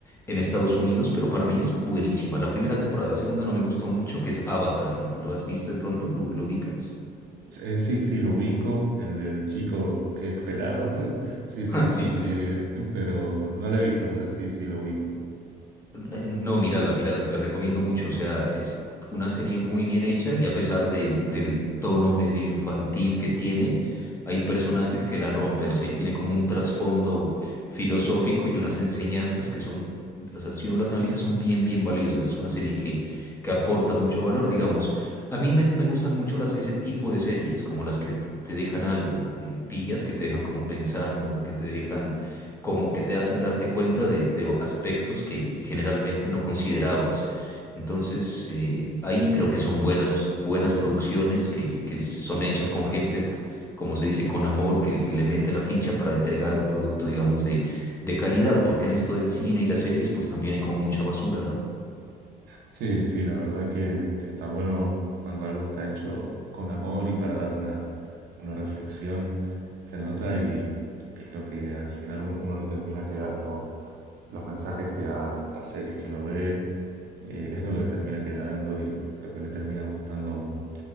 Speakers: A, on the left; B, on the right.
A: en Estados Unidos, pero para mí es buenísima. La primera temporada, la segunda no me gustó mucho, que es Avatar. ¿La- ¿Lo has visto de pronto? ¿Lo, lo ubicas?
B: Eh, sí, sí, lo ubico, el del chico que es pelado, <laughs> sí, sí,
A: <laughs> Ah, sí, sí.
B: eh, <laughs> pero no lo he visto, pero sí, sí, lo ubico.
A: Eh, No, mírala, mírala, te la recomiendo mucho. O sea, es una serie muy bien hecha y a pesar del, del tono medio infantil que tiene, hay personajes que la rompen. O sea, ahí tiene como un trasfondo filosófico y unas enseñanzas que son, o sea, si uno las analiza, son bien, bien valiosas. Es una serie que, que aporta mucho valor, digamos. A mí me, me gustan mucho las, ese tipo de series, como las que te, te dejan algo, eh, pillas, que te dejan como pensando, que te dejan como que te hacen darte cuenta de, de aspectos que generalmente no considerabas. Entonces, eh, ahí creo que son buenas, buenas producciones que, que son hechas con gente, como se dice, con amor, que, que le mete la ficha para entregar un producto, digamos, de, de calidad, porque en esto del cine y las series, pues también hay como mucha basura, ¿no?
B: Sí, sí, la verdad que, que está bueno cuando algo está hecho con amor y para dar una, una reflexión, se nota y, y es lo que al final un- uno le termina quedando, los mensajes que dan las series que uno ve, eh, es lo que le termina quedando y lo que le termina gustando a uno.